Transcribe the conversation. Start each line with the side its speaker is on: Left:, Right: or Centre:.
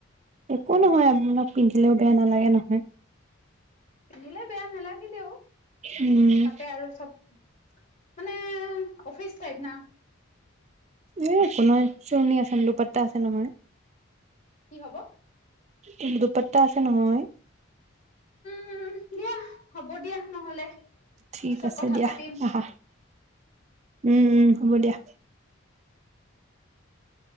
Right: একো নহয় আপোনাক পিন্ধিলেও বেয়া নালাগে নহয়।
Left: দিলে বেয়া নালাগে হেল্ল।
Right: উম
Left: তাতে আৰু চব। মানে অফিচ টাইপ না।
Right: এই একো নাই চুৰণি আছে দুপাতটা আছে নহয়।
Left: কি হব।
Right: কিন্ত দুপাতটা আছে নহয়। <inaudible>
Left: উম দিয়া হ'ব দিয়া নহলে।
Right: ঠিক
Left: পিছত
Right: আছে
Left: কথা
Right: দিয়া
Left: পাতিম,
Right: আহা। উম উম হ'ব দিয়া।